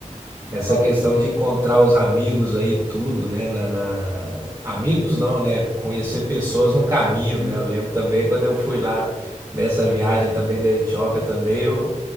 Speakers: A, on the right; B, on the left.
A: essa
B: Falei,
A: questão de encontrar os amigos aí, tudo, né? Na, na- Amigos não, né? Conhecer pessoas no caminho,
B: sim,
A: né? Eu lembro também
B: sim,
A: quando eu fui lá nessa viagem também da Etiópia também, eu